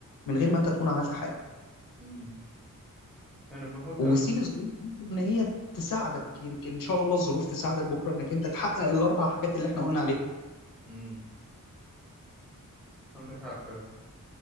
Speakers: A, on the left (about 70°); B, in the centre.
A: من غير ما انت تكون عملت حاجه
B: مم. أنا بفكر
A: وسيب الظروف دي ان هي تساعدك يمكن ان شاء الله الظروف تساعدك بكره انك انت تحقق الاربع حاجات اللي احنا قلنا عليها
B: مم. عندك حق فعلا